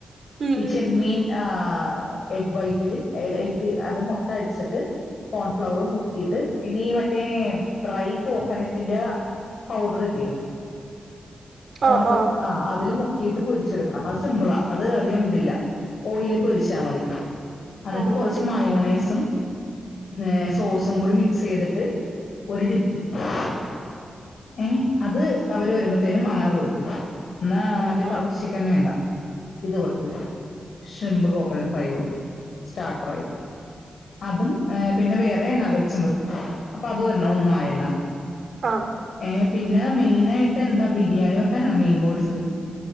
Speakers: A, on the right; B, on the left.
A: ഉം
B: ഈ
A: ഉം
B: ചെമ്മീൻ ആ എഗ് വൈറ്റില് ഐലേക്ക് അത് മുട്ട അടിച്ചിട്ട് കോൺഫ്ലവറും മുക്കിട്ട് പിന്നെ ഈ മറ്റേ ഡ്രൈ കോക്കനറ്റിന്റെ പൗടറില്ലേ ഒണക്ക
A: ആഹ് ആഹ്
B: ആ അതില് മു കീട്ട് പൊരിച്ചെടുക്കണം അത് സിമ്പിളാ അത് അധികം ഓയില്ല് പൊരിച്ചാമതി ന്നട്ട്
A: ആഹ്
B: കുറച്ച് മയോണേയ്സും ഏ സോസുംകൂടി മ മിക്സെയ്തിട്ട് ഒരു ടിപ്പ് <unintelligible> ഏ അത് അവര് വരുമ്പോത്തേനും അങ്ങനെ കൊടുക്ക് ന്നാ മറ്റേ തർക്കിചിക്കൻവേണ്ട
A: ആഹ്
B: ഇത് കൊട് ഷ്രിംമ്പ് കോക്കനട്ട് ഫ്രൈ കൊടു സ്റ്റാർട്ടറായിട്ട് അതും പിന്നെ വേറെ വേ നക ചു വെക്ക് അപ്പൊ അത് ഒര്ണം ഒന്നു ആയല്ലോ
A: ആഹ്
B: ഏ പിന്നെ മെയ്നായി എന്താ ബിരിയാണി വെക്കാനാണോ മെയിൻ കോഴ്സ്